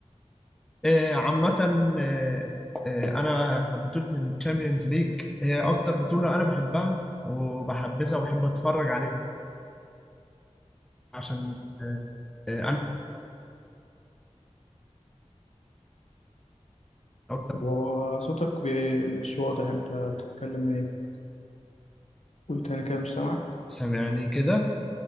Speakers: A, in the centre; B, on the left (about 75°).
A: آه، عامه آه، آه، انا بطوله الشامبيونز ليج هي اكتر بطوله انا بحبها وبحبذها وبحب اتفرج عليها عشان آه، آه، انا اكتر
B: وصوتك بي- مش واضح أنت بتتكلم من إيه؟ قول تاني كده مش سامعك
A: سامعني كده